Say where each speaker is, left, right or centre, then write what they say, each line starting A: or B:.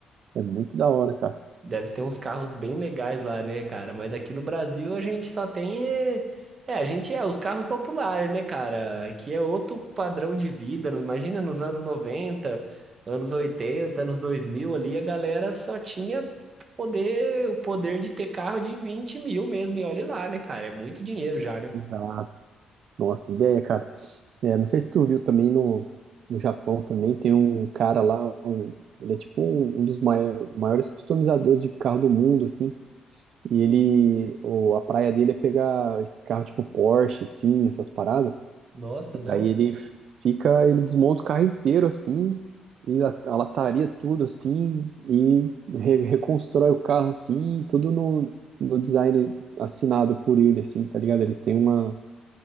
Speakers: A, on the right; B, on the right.
A: é muito da hora, cara.
B: Deve ter uns carros bem legais lá, né, cara? Mas aqui no Brasil a gente só tem. É, é, a gente é os carros populares, né, cara? Aqui é outro padrão de vida. não- Imagina nos anos 90, anos 80, anos 2000 ali, a galera só tinha poder, o poder de ter carro de 20 mil mesmo. E olha lá, né, cara? É muito dinheiro já, né?
A: Exato. Nossa, ideia, cara. É, não sei se tu viu também no, no Japão também, tem um cara lá, um- ele é tipo um, um dos mai- maiores customizadores de carro do mundo, assim. E ele, o, a praia dele é pegar esses carros tipo Porsche, assim, essas paradas.
B: Nossa,
A: Daí
B: não.
A: ele fica, ele desmonta o carro inteiro, assim, e a, a lataria tudo, assim, e re- reconstrói o carro, assim, tudo no, no design assinado por ele, assim, tá ligado? Ele tem uma